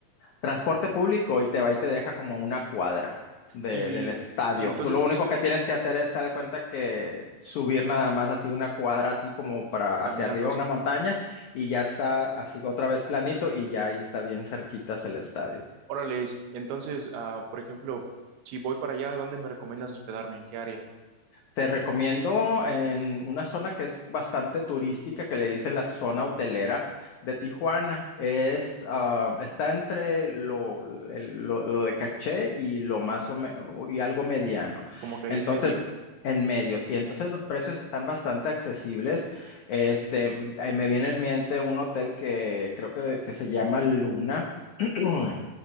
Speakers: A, on the left; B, on the right.
A: transporte público y te va y te deja como una cuadra de-
B: Y,
A: del estadio.
B: y entonces,
A: Tú lo único que tienes que hacer es que haz de cuenta que subir nada más así una cuadra, así como para
B: caminando,
A: hacia arriba
B: sí.
A: una montaña y ya está así otra vez planito y ya ahí está bien cerquitas el estadio.
B: Órales. Entonces, ah, por ejemplo, si voy para allá, ¿dónde me recomiendas hospedarme? ¿En qué área?
A: Te recomiendo en una zona que es bastante turística, que le dicen la zona hotelera de Tijuana. Es, ah, está entre lo, el- lo- lo de caché y lo más o me- y algo mediano.
B: Como que
A: Entonces,
B: ahí en medio.
A: en medio, sí. Entonces los precios están bastante accesibles. Este, m- eh, me viene en mente un hotel que creo que, que se llama Luna. <clears throat>